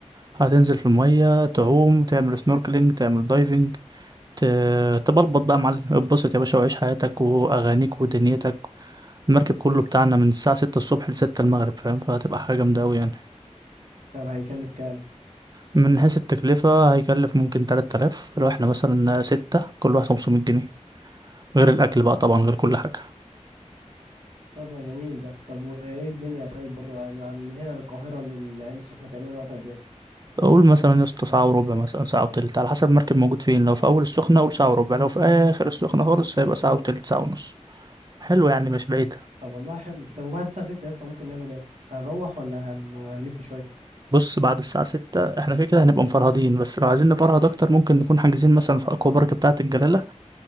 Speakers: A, on the right; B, on the right.
A: هتنزل في المية تعوم تعمل سنوركلينج تعمل دايفنج ت- تبلبط بقى يا معلم اتبسط يا باشا وعيش حياتك وأغانيك ودنيتك المركب كله بتاعنا من الساعة ستة الصبح لستة المغرب فاهم فهتبقى حاجة جامدة أوي يعني
B: طب هيكلف كام
A: من حيث التكلفة هيكلف ممكن تلات آلاف لو احنا مثلا ستة كل واحد خمسمية جنيه غير الأكل بقى طبعا غير كل حاجة
B: طب ما جميل ده طب وايه الدنيا طيب برضه يعني عن- من هنا للقاهره للعين السخنه تقريبا وقت قد ايه
A: اقول مثلا يا اسطى ساعه وربع مثلا ساعه وتلت على حسب المركب موجود فين لو في اول السخنه اقول ساعه وربع لو في اخر السخنه خالص هيبقى ساعه وتلت ساعه ونص حلو يعني مش بعيده
B: طب والله حلو طب وبعد الساعه 6 يا اسطى ممكن نعمل ايه هنروح ولا هن... هنلف شويه
A: بص بعد الساعه ستة احنا كده كده هنبقى مفرهدين بس لو عايزين نفرهد اكتر ممكن نكون حاجزين مثلا في اكوا بارك بتاعه الجلاله